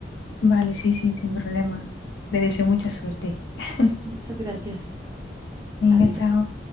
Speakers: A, on the left (about 75°); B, on the right (about 20°).
A: Vale, sí, sí, sin problema. Te deseo mucha suerte. <laughs>
B: Muchas gracias.
A: Venga,
B: Adiós.
A: chao.